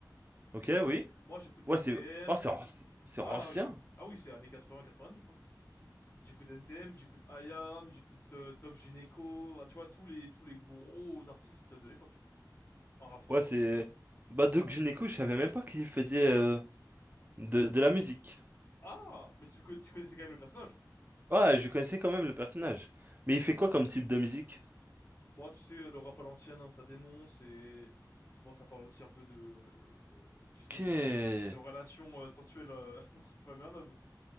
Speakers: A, on the right; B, on the left.
A: Ok, oui.
B: Moi, j'écoute
A: Ouais,
B: NTM.
A: c'est. Oh, c'est anci- c'est
B: Ah
A: ancien.
B: oui, ah oui, c'est années 80-90, hein. J'écoute NTM, j'écoute IAM, j'écoute euh, Doc Gineco, bah, tu vois, tous les, tous les gros artistes de l'époque. En rap français,
A: Ouais, c'est.
B: en tout cas.
A: Bah, Doc Gynéco, je savais même pas qu'il faisait euh, de, de la musique.
B: Ah! Mais tu, le co- tu connaissais quand même le personnage?
A: Ouais, je connaissais quand même le personnage. Mais
B: Ok.
A: il fait quoi comme type de musique?
B: Bon, tu sais, le rap à l'ancienne, hein, ça dénonce et... Bon, ça parle aussi un peu de... euh, tu sais,
A: Ok.
B: de, de relations euh, sensuelles euh, <laughs> entre une femme et un homme.